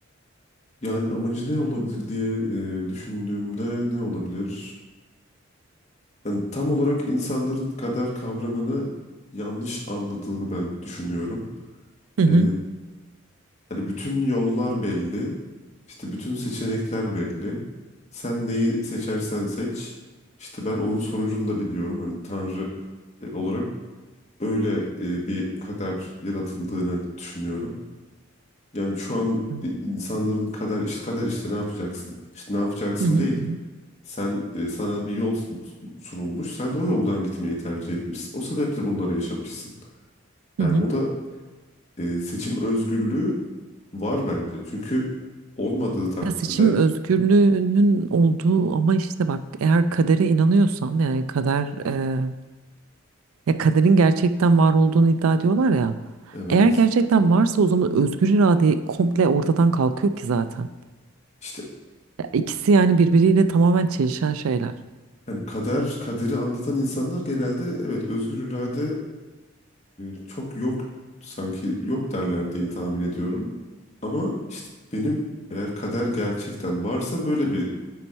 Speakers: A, on the left (about 30°); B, on the right (about 85°).
A: Yani amacı ne olabilir diye e, düşündüğümde ne olabilir? Yani tam olarak insanların kader kavramını yanlış anladığını ben düşünüyorum.
B: Hı hı.
A: Ee, hani bütün yollar belli, işte bütün seçenekler belli. Sen neyi seçersen seç, işte ben onun sonucunu da biliyorum. Hani Tanrı e, olarak öyle e, bir kader yaratıldığını düşünüyorum. Yani şu an
B: Hı
A: e, insanların kader işte kader işte ne yapacaksın? İşte ne yapacaksın
B: hı hı
A: değil.
B: hı.
A: Sen e, sana bir yol sunulmuş. Sen de o yoldan gitmeyi tercih etmişsin. O sebeple bunları yaşamışsın. Yani
B: hı hı.
A: o da e, seçim özgürlüğü var bence. Çünkü olmadığı takdirde
B: Ya seçim özgürlüğünün olduğu ama işte bak eğer kadere inanıyorsam yani kader e, ya kaderin gerçekten var olduğunu iddia ediyorlar ya.
A: evet
B: Eğer gerçekten varsa o zaman özgür irade komple ortadan kalkıyor ki zaten.
A: işte
B: Ya ikisi yani birbiriyle tamamen çelişen şeyler.
A: hani kader kaderi anlatan insanlar genelde evet özgür irade e, çok yok sanki yok derler diye tahmin ediyorum. Ama işte benim eğer kader gerçekten varsa böyle bir